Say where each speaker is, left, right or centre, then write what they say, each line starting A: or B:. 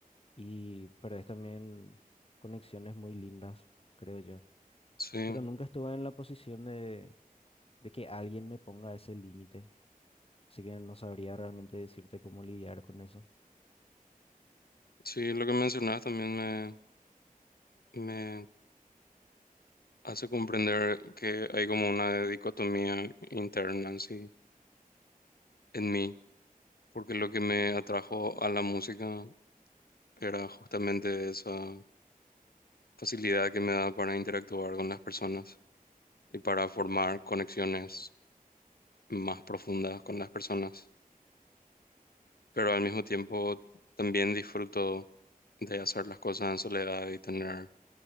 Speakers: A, on the left; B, on the left.
A: y perdes también conexiones muy lindas, creo yo.
B: sí,
A: Pero nunca estuve en la posición de, de que alguien me ponga ese límite, así que no sabría realmente decirte cómo lidiar con eso.
B: sí, lo que mencionas también me... me hace comprender que hay como una dicotomía interna así en mí, porque lo que me atrajo a la música era justamente esa facilidad que me da para interactuar con las personas y para formar conexiones más profundas con las personas. Pero al mismo tiempo también disfruto de hacer las cosas en soledad y tener